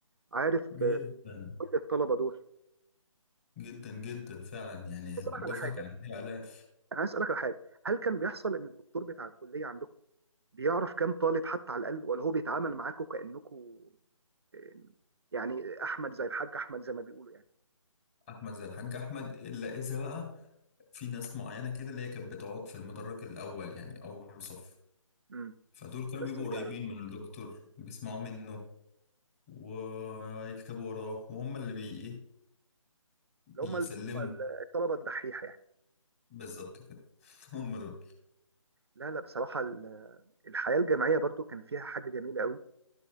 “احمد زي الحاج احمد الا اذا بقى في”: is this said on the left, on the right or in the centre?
Left